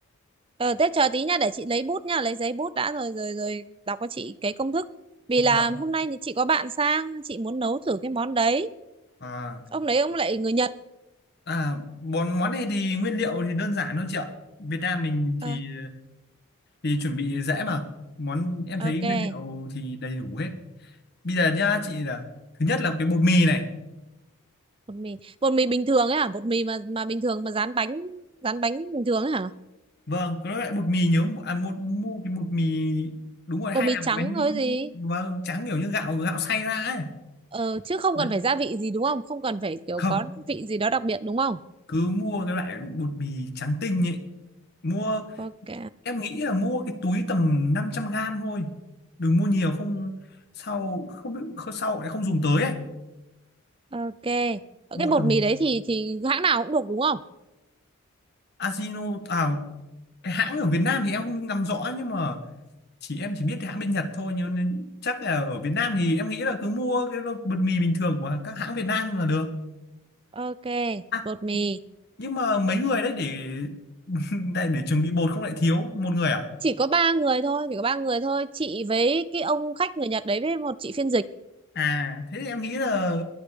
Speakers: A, on the right; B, on the left.
A: ờ, thế chờ tí nha để chị lấy bút nha, lấy giấy bút đã rồi rồi rồi đọc cho chị cái công thức. Vì
B: Vâng.
A: là hôm nay thì chị có bạn sang, chị muốn nấu thử cái món đấy.
B: À,
A: Ông đấy ông lại người Nhật.
B: à món món này thì nguyên liệu thì đơn giản thôi chị ạ. Việt Nam mình
A: Ờ,
B: thì thì chuẩn bị dễ mà. Món em thấy
A: ok,
B: nguyên liệu thì đầy đủ hết. Bây giờ nhá chị là thứ nhất là cái bột mì này.
A: bột mì, bột mì bình thường ấy hả? Bột mì mà mà bình thường mà rán bánh, rán bánh bình thường ấy hả?
B: Vâng, cái loại bột mì nhớ à một mua cái bột mì đúng rồi
A: Bột
B: hay
A: mì
B: làm
A: trắng
B: cái bánh
A: thôi gì?
B: vâng trắng kiểu như gạo gạo xay ra ấy.
A: Ờ, chứ không
B: Đấy.
A: cần phải gia vị gì đúng không? Không cần phải kiểu
B: Không,
A: có vị gì đó đặc biệt đúng không?
B: cứ mua cái loại bột mì trắng tinh ấy mua
A: Ok,
B: em nghĩ là mua cái túi tầm 500 gram thôi đừng mua nhiều không sau không biết không- sau lại không dùng tới ấy
A: ok. Ờ,
B: mua
A: Cái bột
B: tầm
A: mì đấy thì thì hãng nào cũng được đúng không?
B: Ajino à cái hãng ở Việt Nam thì em không nắm rõ nhưng mà chỉ em chỉ biết cái hãng bên Nhật thôi nhưng nên chắc là ở Việt Nam thì em nghĩ là cứ mua cái lô- bột mì bình thường của các hãng Việt Nam là được
A: Ok,
B: à
A: bột mì.
B: nhưng mà mấy người đấy để <laughs> để, để chuẩn bị bột không lại thiếu một người à
A: Chỉ có ba người thôi, chỉ có ba người thôi. Chị với cái ông khách người Nhật đấy với một chị phiên dịch.
B: À, thế thì em nghĩ là